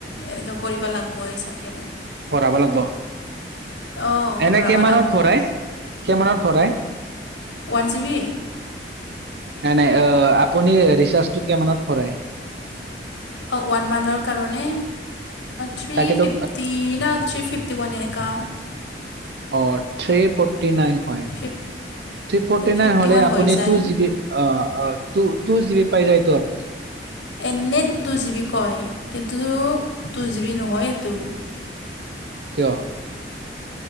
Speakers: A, on the left; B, on the right.
A: এনেক কৈবা লাগবই চাগে মই।
B: ভৰাব লাগ'ব।
A: অঁ
B: এনে
A: ভৰাব
B: কেমানত
A: লাগিব
B: ভৰাই? কেমানত ভৰাই?
A: One GB?
B: নাই নাই অ আপুনি ৰিচাৰ্জ টো কেমানত ভৰাই?
A: অ ওৱান মান্থৰ কাৰণে? থ্ৰী
B: তাকেতো
A: ফিফটি না থ্ৰী ফিফটি ওৱান এনেকা।
B: অ থ্ৰী ফৰ্টি নাইন হয়।
A: ফিফ
B: থ্ৰী ফৰ্টি
A: ফিফটি
B: নাইন হলে
A: ওৱান
B: আপুনি
A: হৈ যায়
B: টু জি বি, অ অ - টু - টু জিবি পাই যায়টো আপুনি।
A: এনে টু জি বি কয় কিন্তু টু জি বি নহয় এটো।
B: কিয়?